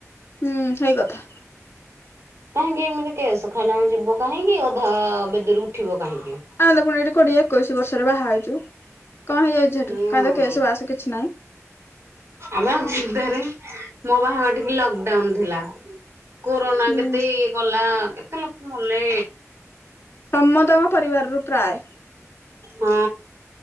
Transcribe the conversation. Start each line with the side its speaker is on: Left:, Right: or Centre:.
Left: ହୁଁ ସେଇ କଥା।
Right: କାହିଁକି ଏମିତି କେସ ଖାଇଲା ଯାଏଁ ଯିବୁ କାହିଁକି ଅଧା ବେଦୀରୁ ଉଠିବ କାହିଁକି।
Left: ଆମେ ପୁଣି ଏଠି କୋଡିଏ ଏକୋଇଶି ବର୍ଷରେ ବାହା ହେଇଛୁ କଣ ହେଇଯାଇଛି ସେଠୁ
Right: ହୁଁ
Left: କାହିଁ କେସ ବାସ କିଛି ନାହିଁ।
Right: ଆମେ ଅଚିନ୍ତାରେ ମୋ ବାହାଘର ଟିକି ଲକଡାଉନ ଥିଲା। କୋରୋନା
Left: ହୁଁ
Right: କେତେ ଇଏ କଲା କେତେ ଲୋକ ମଲେ।
Left: ସମସ୍ତଙ୍କ ପରିବାରରୁ ପ୍ରାୟ।
Right: ହଁ